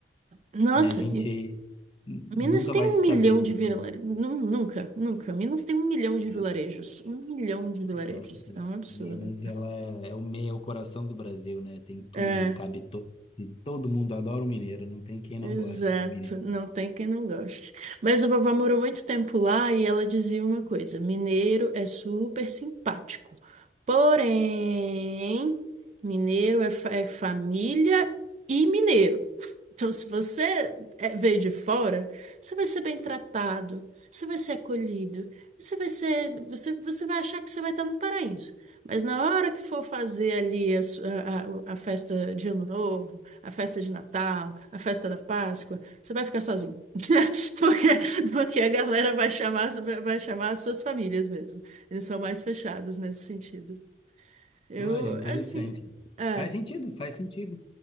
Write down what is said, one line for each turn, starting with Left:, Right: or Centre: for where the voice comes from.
Right: Nossa,
Left: né, A gente
Right: e-
Left: nunca
Right: Minas tem
Left: vai
Right: um
Left: saber
Right: milhão
Left: de
Right: de vilarejos.
Left: tudo,
Right: Nunca, nunca. Minas tem um milhão de
Left: né?
Right: vilarejos. Um milhão de vilarejos.
Left: Eu gosto de
Right: É um absurdo.
Left: Minas, ela é, é o meio, é o coração do Brasil, né? Tem tudo,
Right: É.
Left: e cabe todo, e todo mundo adora o mineiro, não tem quem não
Right: Exato,
Left: goste de um mineiro.
Right: não tem quem não goste. Mas a vovó morou muito tempo lá e ela dizia uma coisa: mineiro é super simpático. Porém, mineiro é, fa- é família e mineiro. Então, se você é- veio de fora, você vai ser bem tratado, você vai ser acolhido, você vai ser, você, você vai achar que você vai estar no paraíso. Mas na hora que for fazer ali a, su- a a- a festa de Ano Novo, a festa de Natal, a festa da Páscoa, você vai ficar sozinho. <laughs> Porque, porque a galera vai chamar, vai chamar as suas famílias mesmo. Eles são mais fechados nesse sentido. Eu,
Left: Olha, interessante.
Right: assim, é,
Left: Faz sentido, faz sentido.